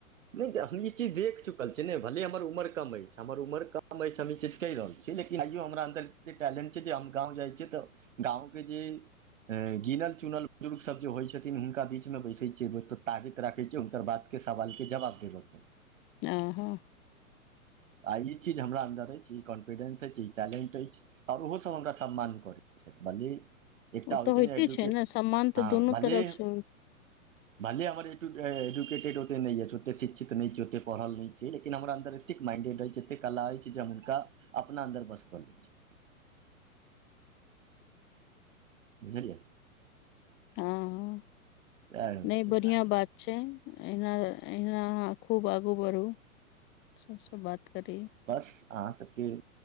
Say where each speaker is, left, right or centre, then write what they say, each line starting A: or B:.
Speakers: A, on the right (about 60°); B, on the left (about 25°).
A: नहि हम ई चीज देख चुकल छियै नऽ भले हमर उम्र कम अछि हमर उम्र कम अछि हम ई चीज कहि रहल छियै लेकिन आइयो हमरा अन्दर एते टैलेंट छै जे हम गाँव जाइ छियै तऽ गाँवके जे गीनल चुनल बुजुर्ग सब जे होइ छथिन हुनका बीचमे बैसैत छियै त ताकत राखै छियै हुनकर बात के सवाल के जवाब देबे केँ
B: आ हँ <inaudible>
A: आ ई चीज हमरा अन्दर अछि ई कॉन्फिडेंस अछि ई टैलेंट अछि आओर ओहोसभ हमरा सम्मान करैत छथि भल्ली एकटा
B: ओ तऽ
A: होइ
B: होइते
A: छै एजुकेट
B: ने सम्मान तऽ
A: हँ
B: दुनू
A: भले
B: तरफ से होइ
A: भले एटुट एजुकेटेट ओते नै यऽ ओतेक शिक्षित नहि छै ओतेक पढ़ल नहि छै लेकिन हमरा अन्दर एतेक माइणडेड अछि एतेक कला अछि जे हम हुनका अपना अन्दर बस कऽ लैत छै बुझलिये
B: हँ
A: सएह होइ
B: नहि
A: छै
B: बढ़िआ
A: बाँकी
B: बात छै अहीना अहीना अहाँ खूब आगू बढ़ू सबसँ बात करी
A: बस अहाँ सभकेँ